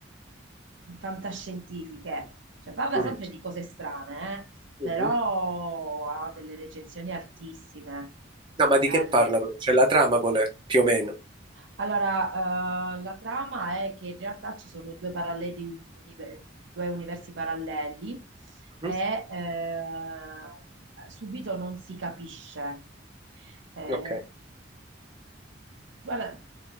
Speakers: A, on the right; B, on the right.
A: fantascientifiche. Cioè, parla
B: Mm.
A: sempre di cose strane, eh, però
B: Mhm.
A: ha delle recensioni altissime.
B: No, ma
A: Bello.
B: di che parla? però? Cioè la trama qual è? Più o meno.
A: Allora, eh, la trama è che in realtà ci sono due paralleli univer- due universi paralleli e
B: Mhm.
A: eh, subito non si capisce. Eh,
B: Ok, <laughs>
A: guarda,